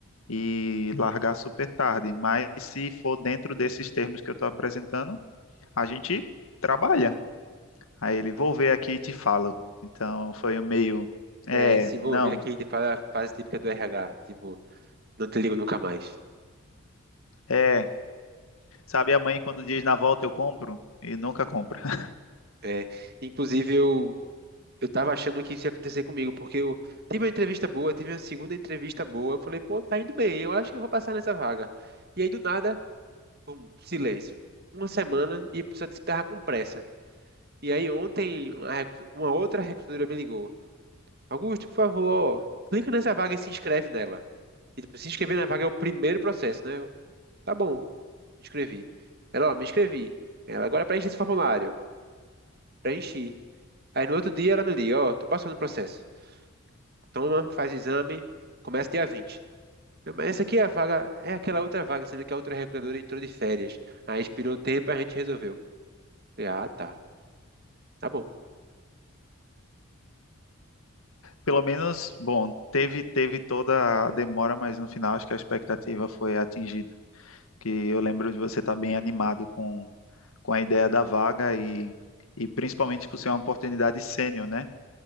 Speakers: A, on the left; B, on the right.
A: e largar super tarde. Mas se for dentro desses termos que eu estou apresentando, a gente trabalha. Aí ele, vou ver aqui e te falo. Então foi um meio, é,
B: É, e se envolver
A: não,
B: aqui de fa- fase típica do RH, tipo, não te ligo nunca mais.
A: é. Sabe a mãe quando diz na volta eu compro? E nunca compra. <laughs>
B: É, inclusive, eu Eu tava achando que isso ia acontecer comigo, porque eu tive uma entrevista boa, tive uma segunda entrevista boa. Eu falei, pô, tá indo bem, eu acho que eu vou passar nessa vaga. E aí, do nada, pum, silêncio. Uma semana e a pessoa disse que tava com pressa. E aí, ontem, uma recrut- uma outra recrutadora me ligou: Augusto, por favor, clica nessa vaga e se inscreve nela. E tipo, se inscrever na vaga é o primeiro processo, né? Eu, tá bom, me inscrevi. Ela, ó, me inscrevi. Ela, agora preenche esse formulário. Preenchi. Aí, no outro dia, ela me liga: ó, tô passando o processo. toma, faz exame, começa dia 20. Eu, Mas essa aqui é a vaga, é aquela outra vaga, sendo que a outra recrutadora entrou de férias. Aí expirou o tempo, a gente resolveu. Falei, ah, tá, tá bom.
A: Pelo menos, bom, teve teve toda a demora, mas no final acho que a expectativa foi atingida. Que eu lembro de você estar bem animado com com a ideia da vaga e, e principalmente por ser uma oportunidade sênior, né?